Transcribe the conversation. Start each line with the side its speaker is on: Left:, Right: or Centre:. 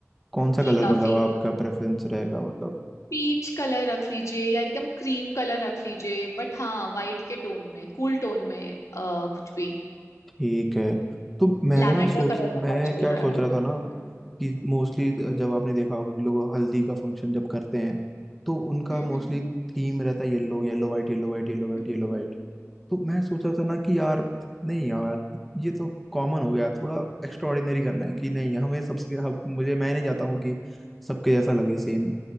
Centre: कौन सा
Left: कि
Centre: कलर
Left: काफी
Centre: मतलब आपका प्रेफरेंस रहेगा मतलब
Left: पीच कलर रख लीजिए या एकदम क्रीम कलर रख लीजिए बट हाँ वाइट के टोन में कूल टोन में अ, कुछ भी
Centre: ठीक है तो मैं
Left: लैवेंडर
Centre: ना सोच
Left: कलर का
Centre: मैं
Left: बहुत चल
Centre: क्या
Left: रहा
Centre: सोच
Left: है
Centre: रहा था ना कि मोस्टली जब आपने देखा होगा कि लोग हल्दी का फंक्शन जब करते हैं तो उनका
Left: हम्म
Centre: मोस्टली
Left: हम्म
Centre: थीम रहता है yellow yellow white yellow white yellow white
Left: हम्म,
Centre: yellow
Left: हम्म,
Centre: white तो मैं सोच रहा था ना कि यार नहीं यार ये तो कॉमन हो गया थोड़ा एक्स्ट्राऑर्डिनरी करना है कि नहीं हमें सबसे हम, मुझे मैं नहीं चाहता हूँ कि सबके जैसा लगे सेम